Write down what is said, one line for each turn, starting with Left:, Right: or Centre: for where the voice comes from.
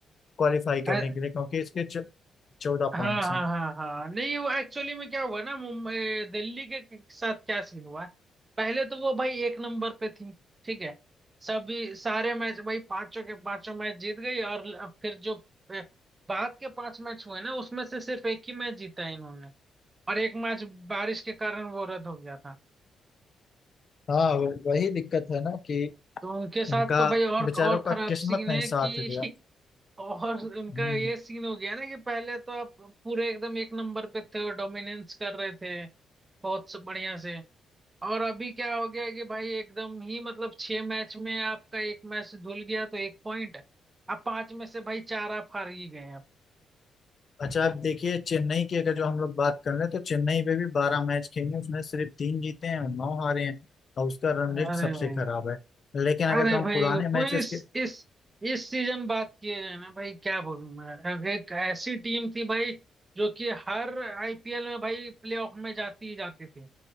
Left: क्वालिफाई करने
Right: हाँ।
Left: के लिए क्योंकि इसके चौदह
Right: हाँ
Left: पॉइंट्स
Right: हाँ
Left: हैं
Right: हाँ हाँ नहीं वो एक्चुअली में क्या हुआ ना मुंबई दिल्ली के के साथ क्या सीन हुआ है पहले तो वो भाई एक नंबर पे थी ठीक है सभी सारे मैच भाई पांचों के पांचों मैच जीत गई और ल- फिर जो अ, बाद के पांच मैच हुए ना उसमें से सिर्फ एक ही मैच जीता है इन्होंने और एक मैच बारिश के कारण वो रद्द हो गया था
Left: हाँ वो- वही दिक्कत है ना कि
Right: तो उनके साथ
Left: इनका
Right: तो भाई और
Left: बेचारों
Right: और
Left: का
Right: खराब
Left: किस्मत
Right: सीन
Left: नहीं
Right: है कि
Left: साथ दिया
Right: <laughs> और उनका
Left: हम्म।
Right: ये सीन हो गया ना कि पहले तो आप पूरे एकदम एक नंबर पे थे और डोमिनेंस कर रहे थे बहुत सब बढ़िया से और अभी क्या हो गया कि भाई एकदम ही मतलब छह मैच में आपका एक मैच धुल गया तो एक पॉइंट अब पांच में से भाई चार आप हार ही गए अब
Left: अच्छा आप देखिए चेन्नई की अगर जो हम लोग बात कर रहे हैं तो चेन्नई पे भी बारह मैच खेले उसमें सिर्फ तीन जीते हैं और नौ हारे हैं और उसका रन
Right: अरे
Left: रेट सबसे
Right: भाई
Left: खराब है लेकिन
Right: अरे
Left: अगर जो हम
Right: भाई
Left: पुराने
Right: वो
Left: मैचेस
Right: इस
Left: के
Right: इस इस सीजन बात किए जाए ना भाई क्या बोलूं मैं अब एक ऐसी टीम थी भाई जो कि हर आईपीएल में भाई प्लेऑफ में जाती ही जाती थी